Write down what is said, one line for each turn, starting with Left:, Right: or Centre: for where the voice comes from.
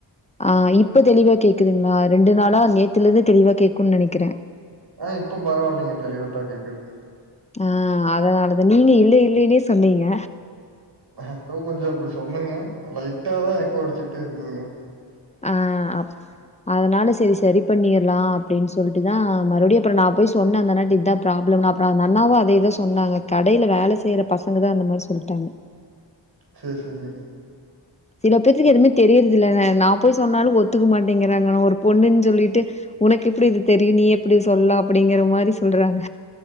Left: ஆ இப்ப தெளிவா கேக்குதுங்களா ரெண்டு நாளா நேத்துல இருந்து தெளிவா கேக்குன்னு நெனைக்கிறே
Right: ஆ இப்போ பரவாயில்லைங்க தெளிவாத்தா கேக்குதுங்க
Left: ஆ அதனாலதா நீங்க இல்லே இல்லேன்னே சொன்னீங்க
Right: அ அப்போ கொஞ்சோ அப்டி சொன்னங்க லைட்டாதா எக்கோ அடிச்சுட்டு இருந்துதுங்க
Left: ஆ அப் அதனால செரி சரி பண்ணிட்லா அப்டினு சொல்லிட்டுதா மறுபடியு அப்றோ நா போய் சொன்ன அந்த அண்ணாட்ட இதா ப்ராப்ளம்னு அப்றோ அந்த அண்ணாவு அதேதா சொன்னாங்க கடைல வேல செய்ற பசங்கதா அந்த மாரி சொல்ட்டாங்க
Right: சேரி சேரிங்க
Left: சில பேத்துக்கு எதுவுமே தெரியறது இல்ல நா போய் சொன்னாலு ஒத்துக்க மாட்டேங்கிறாங்க நா ஒரு பொண்ணுன்னு சொல்லிட்டு உனக்கு எப்டி இது தெரியு நீ எப்டி சொல்லா அப்டிங்கிற மாரி சொல்றாங்க